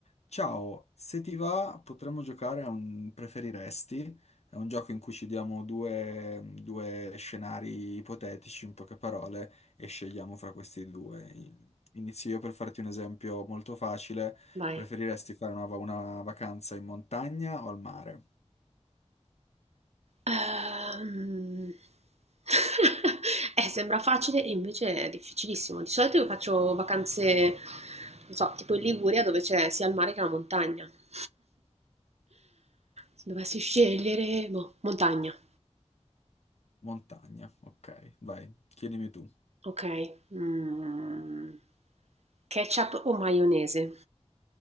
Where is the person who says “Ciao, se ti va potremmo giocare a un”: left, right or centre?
Left